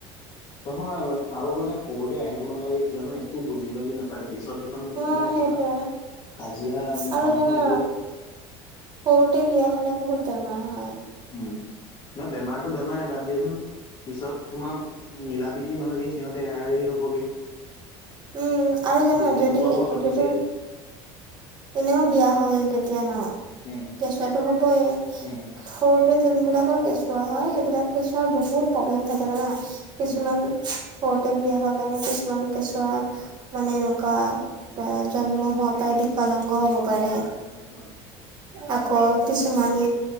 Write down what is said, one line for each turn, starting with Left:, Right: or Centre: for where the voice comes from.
Left: নহয় আৰু মানে সৰুতে আহিব নালাগে কিয়নো একো বুজি বুজি নাপায় পিছত খন
Right: অ'
Left: তাৰমানে
Right: সেইটোৱে
Left: তোমাৰ কাজিয়া
Right: আৰু
Left: বাঁহ
Right: জানা
Left: হয় গে
Right: সৰুতে বিয়া হলে বহুত বেমাৰ হয়
Left: উম না বেমাৰতটো বেমাৰে বাদ দিয়াচোন পিছত তোমাৰ মিলা প্ৰীতি নহয়গে সিহঁতে এৰা এৰি হবগে
Right: উম আৰু জানো
Left: বুজি
Right: যদি
Left: নোপোৱা বয়সত
Right: এতিয়াতো
Left: গুচি আহে
Right: এনেও বিয়া হ'ল তেতিয়া ন
Left: উম
Right: কেঁচুৱাটো হবই
Left: উম,
Right: সৰু তে যোনবিলাকৰ কেঁচুৱা হয় সেইবিলাক কেঁচুৱা বহুত প্ৰব্লেম থাকে জানা কিছুমান
Left: উম,
Right: সৰুতে বিয়া হোৱা কাৰণে কিছুমান কেঁচুৱা মানে এনেকুৱা এ জন্ম হোৱা পৰা বিকলাংগ হব পাৰে
Left: উম
Right: আকৌ কিছুমান